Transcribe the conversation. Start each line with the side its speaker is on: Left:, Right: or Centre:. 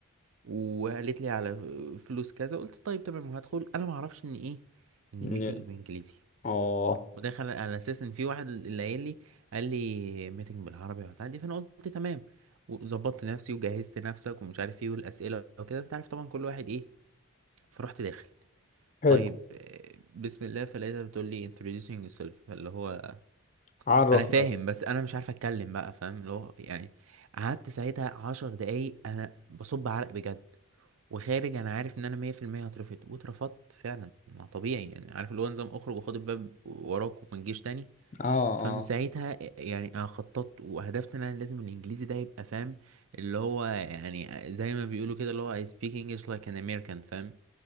Right: وقالت لي على فلوس كذا قلت طيب تمام وهدخل انا ما اعرفش ان ايه ان الميتنج
Left: ن-
Right: بانجليزي
Left: اه
Right: وداخل على اساس ان في واحد اللي قايل لي قال لي ميتنج بالعربي وبتاع دي فانا قلت تمام وظبطت نفسي وجهزت نفسك ومش عارف ايه والاسئله وكده انت عارف طبعا كل واحد ايه فرحت داخل
Left: حلو
Right: طيب آه، بسم الله فلقيتها بتقول لي introducing yourself فاللي هو
Left: عرف
Right: انا فاهم
Left: نفسك
Right: بس انا مش عارف اتكلم بقى فاهم اللي هو يعني قعدت ساعتها عشر دقايق انا بصب عرق بجد وخارج انا عارف ان انا 100% هترفض واترفضت فعلا ما طبيعي يعني عارف اللي هو نظام اخرج وخد الباب وراك وما تجيش تاني
Left: اه آه.
Right: فمن ساعتها يعني انا خططت وهدفت ان انا لازم الانجليزي ده يبقى فاهم اللي هو يعني زي ما بيقولوا كده اللي هو I speak English like an American فاهم